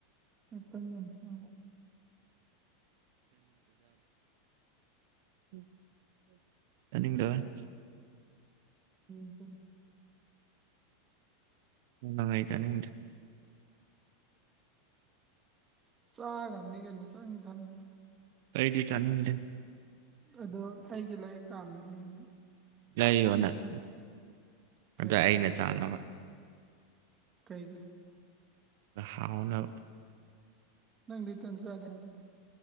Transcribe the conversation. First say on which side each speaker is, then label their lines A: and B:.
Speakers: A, on the right; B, on the right.
A: ꯇꯟ
B: ꯎꯝ
A: ꯌꯥꯝ ꯆꯥꯏ
B: <unintelligible> ꯇꯥꯅꯤꯡꯇꯕꯩ
A: ꯎꯝ
B: ꯑꯩ ꯇꯥꯅꯤꯡꯗꯦ
A: ꯆꯥꯔꯗꯝꯅꯤ ꯀꯩꯅꯣ ꯆꯥꯅꯤꯡ ꯆꯥꯅꯤꯡꯕ
B: ꯑꯩꯗꯤ ꯆꯥꯅꯤꯡꯗꯦ
A: ꯑꯗꯣ ꯑꯩꯒꯤ ꯂꯩꯔꯤꯛ ꯇꯥꯝꯅꯦ ꯍꯌꯦꯡꯗꯦ
B: ꯂꯩꯌꯣꯅꯪ
A: ꯀꯩꯒꯤ
B: ꯑꯗ ꯑꯩꯅ ꯆꯥꯅꯕ
A: ꯀꯩꯒꯤ
B: ꯑ ꯍꯥꯎꯅꯕ
A: ꯅꯪꯗꯤ ꯇꯟ ꯆꯥꯗꯦ ꯍꯥꯏꯗꯨꯗꯤ